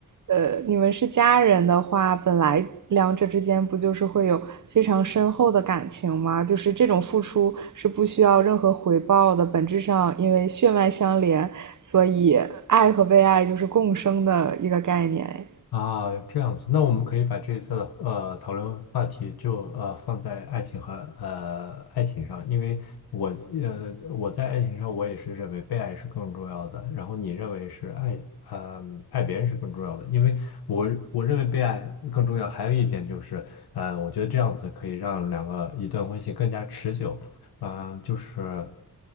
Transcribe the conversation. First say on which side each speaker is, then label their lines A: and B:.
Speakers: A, on the right (about 55°); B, on the left (about 85°).
A: 呃，你们是家人的话，本来两者之间不就是会有非常深厚的感情吗？就是这种付出是不需要任何回报的，本质上因为血脉相连，所以爱和被爱就是共生的一个概念，哎
B: 啊，这样子，那我们可以把这一次的呃讨论话题就呃放在爱情和呃爱情上，因为我呃我在爱情上我也是认为被爱是更重要的，然后你认为是爱呃爱别人是更重要的，因为我我认为被爱更重要，还有一点就是呃我觉得这样子可以让两个一段关系更加持久，啊、就是